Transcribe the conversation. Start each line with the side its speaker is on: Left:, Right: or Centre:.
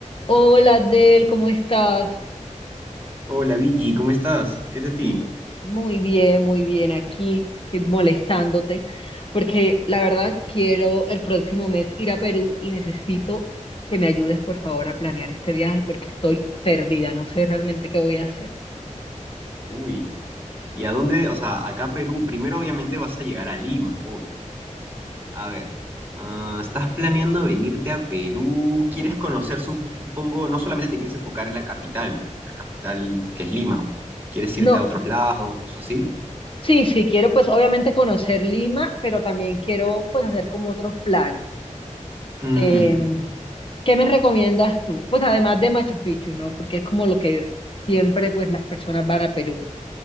Left: Hola, Adel, ¿cómo estás?
Right: Hola Vicky, ¿cómo estás? ¿Qué es de ti?
Left: M- Muy bien, muy bien, aquí eh, molestándote, porque la verdad quiero el próximo mes ir a Perú y necesito que me ayudes, por favor, a planear este viaje porque estoy perdida, no sé realmente qué voy a hacer.
Right: Uy, ¿y a dónde? O sea, acá Perú, primero obviamente vas a llegar a Lima, obvio. A ver, ah, ¿estás planeando venirte a Perú? ¿Quieres conocer, supongo, no solamente te quieres enfocar en la capital, ¿no? En la capital que es Lima. ¿Quieres irte
Left: No,
Right: a otros lados o así?
Left: sí, sí, quiero pues obviamente conocer Lima, pero también quiero pues hacer como otros planes.
Right: Mm,
Left: Em, ¿Qué me recomiendas tú? Pues además de Machu Picchu, ¿no? Porque es como lo que siempre pues las personas van a Perú.